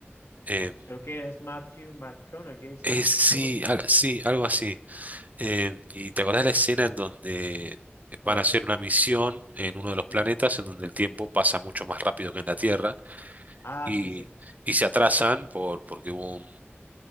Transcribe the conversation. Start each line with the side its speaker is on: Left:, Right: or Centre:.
Right: eh,
Left: Creo que es Matthew McConaughey, ¿será?
Right: es- sí,
Left: Algo así.
Right: al- sí, algo así. Eh, y te acordás la escena en donde
Left: ¿Cuál?
Right: van a hacer una misión en uno de los planetas
Left: Ujú.
Right: en donde el tiempo pasa mucho más rápido que en la Tierra
Left: Ah,
Right: y,
Left: sí, sí.
Right: y se atrasan por, porque hubo un,